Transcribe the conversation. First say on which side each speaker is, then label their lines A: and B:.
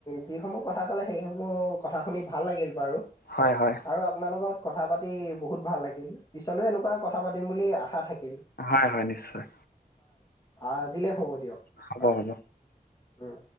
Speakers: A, on the left; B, on the left.
A: যিসমূহ কথা ক'লে সেইসমূহ কথা শুনি ভাল লাগিল বাৰু
B: হয় হয়
A: আৰু আপোনালগত কথা পাতি বহুত ভাল লাগিল পিছলৈও এনেকুৱা কথা পাতিম বুলি আশা থাকি
B: হয় হয় নিশ্চয়
A: আজিলে হ'ব দিয়ক
B: হ'ব
A: বাৰু
B: হ'ব
A: উম